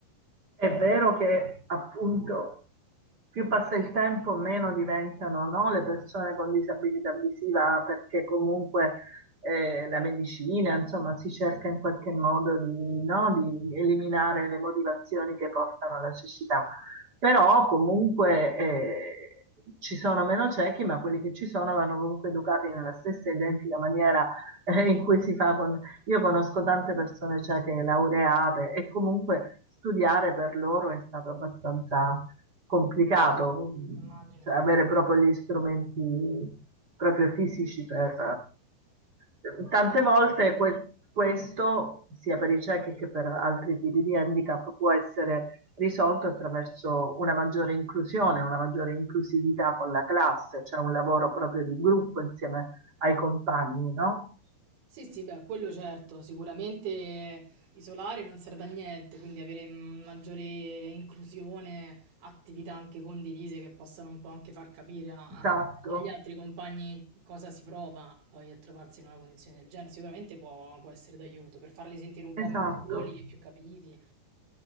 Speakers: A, on the right (about 40°); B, on the right (about 75°).
A: È vero che appunto più passa il tempo, meno diventano, no, le persone con disabilità visiva, perché comunque eh, la medicina, insomma, si cerca in qualche modo di, no, di eliminare le motivazioni che portano alla cecità. Però comunque eh, ci sono meno ciechi, ma quelli che ci sono vanno comunque educati nella stessa identica maniera eh, in cui si fa con io conosco tante persone cieche laureate e comunque studiare per loro è stato abbastanza complicato,
B: immagino.
A: cioè avere proprio gli strumenti proprio fisici per... eh, tante volte que- questo, sia per i ciechi che per altri tipi di handicap, può essere risolto attraverso una maggiore inclusione, una maggiore inclusività con la classe, cioè un lavoro proprio di gruppo insieme ai compagni, no?
B: Sì, sì, beh, quello certo, sicuramente isolare non serve a niente, quindi avere mm, maggiore inclusione, attività anche condivise che possano un po' anche far capire a- a-
A: Esatto.
B: agli altri compagni cosa si prova poi a trovarsi in una condizione del genere, sicuramente può, può essere d'aiuto per farli sentire un po'
A: Esatto.
B: meno soli e più capiti.